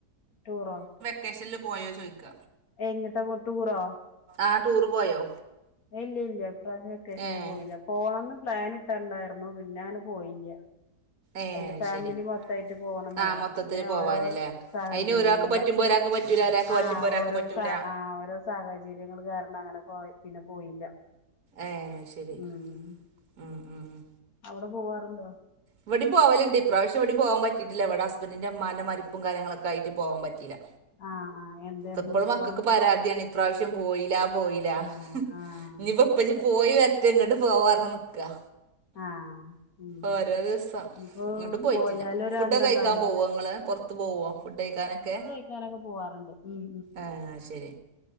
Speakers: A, on the left; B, on the right.
A: ടൂറോ
B: വെക്കേഷനിലു പോയോ ചോദിക്ക
A: എങ്ങിട്ട പോണേ ടൂറോ
B: ആഹ് ടൂറ് പോയോ
A: ഏഹ് ഇല്യ ഇല്യ ഇപ്രാവശം വെക്കേഷനില്
B: ഏ
A: പോയില്ല പോണം എന്ന് പ്ലാൻ ഇട്ടുണ്ടാരുന്നു പിന്നെ അങ്ങനെ പോയില്ല
B: ഏ
A: അല്ല ഫാമിലി
B: ശരി
A: മൊത്തായിട്ട് പോണന്നേ
B: ആ മൊത്തത്തില്
A: പിന്നെ
B: പോവാനല്ലേ
A: ഓരോ സാഹചര്യങ്ങള
B: അയിന് ഒരാൾക്ക് പറ്റുമ്പോ ഒരാൾക്ക് പറ്റൂല ഒരാൾക്ക് പറ്റുമ്പോ
A: ആഹ്
B: ഒരാൾക്ക്
A: ഓരോ
B: പറ്റൂല
A: സ ആഹ് ഓരോ സാഹചര്യങ്ങള് കാരണം അങ്ങനെ പോയി പിന്നെ പോയില്ല
B: ഏഹ് ശരി
A: ഉം
B: ആഹ് ആഹ്
A: അവിടെ പോവാറുണ്ടോ
B: എവിടെം പോവലുണ്ട് ഇപ്രാവശ്യം ഇവിടെം പോകാൻ പറ്റിട്ടില്ല ഇവിട ഹസ്ബന്റിന്റെ് ഉമ്മാന്റെ മരിപ്പും കാര്യങ്ങളൊക്കെ ആയിറ്റ് പോവാൻ പറ്റീല്ല
A: ആഹ് ആഹ് എന്തായിരുന്നു
B: എപ്പളും
A: ഇപ്പൊ
B: മക്കക്ക് പരാതിയാണ് ഇപ്രാവശ്യം പോയില്ല പോയില്ല
A: ആഹ് ആഹ്
B: ഇഞ്ഞി ഇപ്പം ഉപ്പച്ചി പോയി വരട്ടെ എങ്ങ്ട്ട് പോവാന്ന് നിക്ക
A: ആഹ് ഉം
B: ഓരോ ദിവസം
A: ഇനിയിപ്പോ
B: ഇങ്ങോട്ടും പോയിറ്റില്ല
A: പോയാലും ഒരു
B: ഫുഡ്
A: അന്തം
B: ഒക്കെ കയ്ക്കാൻ
A: ഉണ്ടാവില്ല
B: പോവോങ്ങള്
A: അല്ലെ
B: പുറത് ത്ത് പോവ്വോ ഫുഡ് കയ്ക്കാനൊക്കെ
A: ക്കാനോക്കെ പോവാറുണ്ട് ഉം
B: ആഹ് ശരി